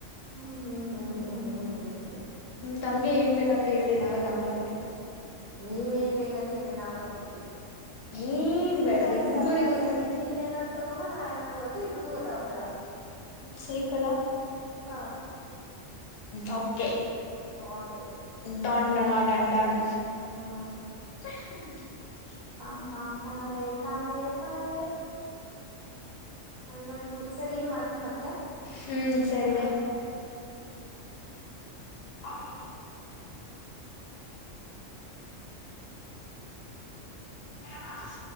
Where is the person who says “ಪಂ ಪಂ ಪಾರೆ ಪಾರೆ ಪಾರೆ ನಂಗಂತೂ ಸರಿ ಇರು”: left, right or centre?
Right